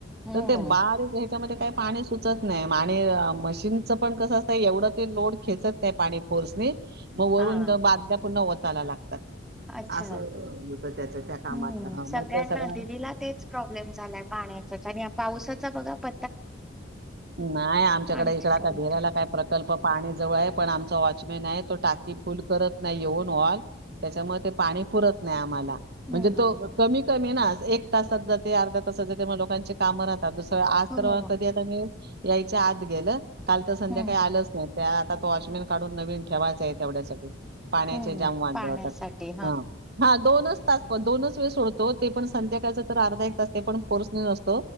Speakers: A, in the centre; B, on the right.
A: हम्म
B: तर ते बारीक ह्याच्यामध्ये काही पाणी सुचत नाही आणि मशीनच पण कसं असत एवढं ते लोड खेचत नाही पाणी फोर्सनी म वरून
A: हा
B: ते बाद पुन्हा ओतायला लागतात.
A: अच्छा
B: असं होतं त्याचं त्या कामाचं
A: हम्
B: हां,
A: सगळ्यांना
B: मग त्या सगळ्या
A: दिदीला तेच प्रॉब्लेम झालाय पाण्याचाच आणि पावसाचा बघा प
B: नाही आमच्याकडे
A: पाण्याची
B: इकड आता
A: प्रॉब्लेम
B: भिडायला
A: ते
B: काय प्रकल्प पाणी जवळ आहे, पण आमचा वॉचमॅन आहे, तो टाकी फुल्ल करत नाही, येऊन वॉल त्याच्यामुळे ते पाणी पुरत नाही आम्हाला.
A: हम्म
B: म्हणजे तो कमी. कमी ना. एक तासात जाते अर्ध्या तासात जाते लोकांचे काम राहत राहतात दुसरं आज तर.
A: हो
B: कधी आता मी. यायच्या आत गेलं. काल तर संध्याकाळी
A: हम्म
B: आलंच नाहीत. त्या आता तो वॉचमॅन काढून नवीन ठेवायचां आहे तेवढ्यासाठी. पाण्याचे
A: हम्म
B: जाम वांदे
A: पाण्यासाठी
B: होतात, हा दोनच. दोनच तास, दोनच वेळ सोडतो ते पण संध्याकाळच. अर्धा एक तास ते पण फोर्सनेच असतो